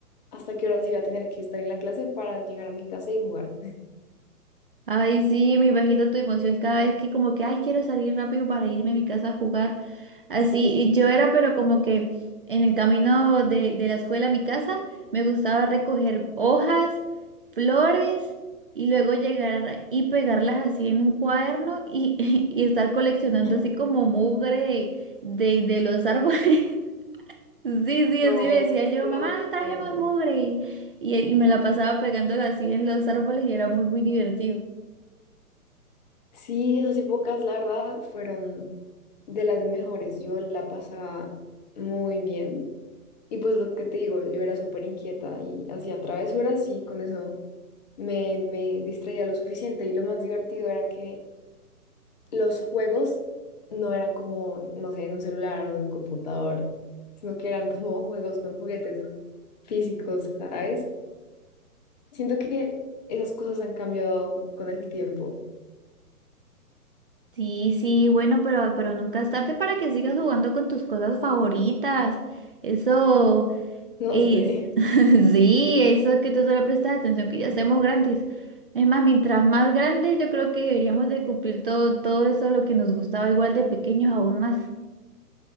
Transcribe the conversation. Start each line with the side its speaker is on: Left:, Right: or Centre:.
Left: hasta qué horas iba a tener que estar en la clase para llegar a mi casa y jugar.
Right: Ay, sí, me imagino tu emoción cada vez que como que, ay, quiero salir rápido para irme a mi casa a jugar. Así,
Left: Sí.
Right: y yo era, pero como que en el camino de, de la escuela a mi casa, me gustaba recoger hojas, flores, y luego llegar y pegarlas así en un cuaderno y, <laughs> y estar coleccionando
Left: <laughs>
Right: así como mugre de, de los árboles. <laughs> Sí, sí,
Left: No,
Right: así le decía
Left: sí,
Right: yo, mamá,
Left: era muy
Right: traje
Left: chévere.
Right: más mugre. Y, y me la pasaba pegándola así en los árboles y era muy, muy divertido.
Left: Sí, esas épocas, la verdad, fueron de las mejores. Yo la pasaba muy bien. Y pues lo que te digo, yo era súper inquieta y hacía travesuras y con eso me, me distraía lo suficiente. Y lo más divertido era que los juegos no eran como, no sé, en un celular o en un computador, sino que eran como juegos con juguetes físicos, ¿sabes? Siento que esas cosas han cambiado con el tiempo. <laughs>
Right: Sí, sí, bueno, pero, pero nunca es tarde para que sigas jugando con tus cosas favoritas. Eso
Left: No
Right: es,
Left: sé.
Right: <laughs> sí, eso es que tú solo prestas atención que ya seamos grandes. Es más, mientras más grandes, yo creo que deberíamos de cumplir todo, todo eso, lo que nos gustaba igual de pequeños aún más.